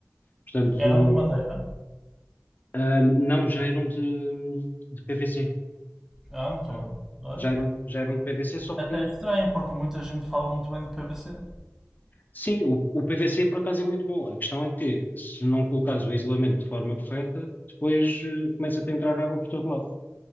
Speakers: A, on the left; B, in the centre.
A: Portanto,
B: Eram de madeira,
A: hum, não, já eram de, de PVC.
B: ah, muito
A: hum,
B: bem, olha.
A: já eram, já eram de PVC, só
B: Até
A: que
B: é estranho, porque muita gente fala muito bem do PVC.
A: Sim, o, o PVC por acaso é muito bom. A questão é que se não colocares o isolamento de forma correta, depois eh, começa a entrar água por todo lado.